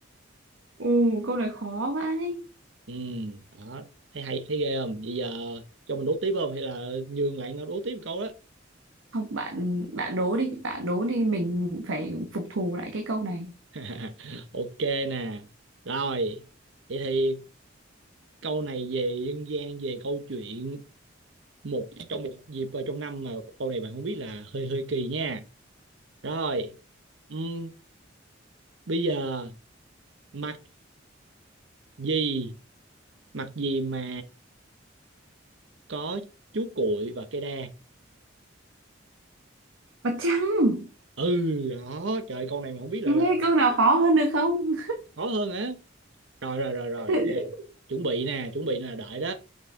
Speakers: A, on the right; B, on the right.
A: Ồ, câu này khó quá ấy.
B: ừ đó thấy hay thấy ghê không bây giờ cho mình đố tiếp không hay là nhường bạn ờ, đố tiếp một câu đó
A: Không, bạn bạn đố đi, bạn đố đi mình phải phục thù lại cái câu này.
B: <laughs> ok nè rồi vậy thì câu này về dân gian về câu chuyện một trong một dịp vào trong năm mà câu này bạn không biết là hơi hơi kỳ nha rồi ừm, bây giờ mặt gì mặt gì mà có chú cuội và cây đa
A: Mặt trăng.
B: ừ đó trời câu này mà không biết lại
A: nghe
B: là
A: câu nào khó hơn được không?
B: khó hơn á rồi rồi rồi rồi
A: <laughs>
B: ok chuẩn bị nè chuẩn bị nè đợi đó